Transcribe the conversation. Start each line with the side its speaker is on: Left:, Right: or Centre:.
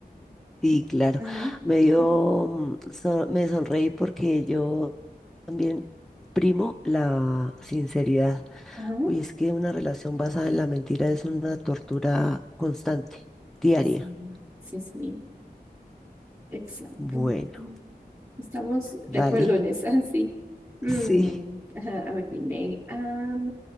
Centre: Sí, claro.
Right: Ajá,
Centre: Me dio,
Right: ajá,
Centre: mm, so- me sonreí porque yo también primo la sinceridad.
Right: ajá.
Centre: Uy, es que una relación basada en la mentira es una tortura constante, diaria.
Right: Sí, sí, sí, exacto.
Centre: Bueno,
Right: Mm, Estamos de
Centre: dale.
Right: acuerdo en esa, <laughs> sí. Mm,
Centre: <laughs> Sí.
Right: ajá, a ver, dime, am,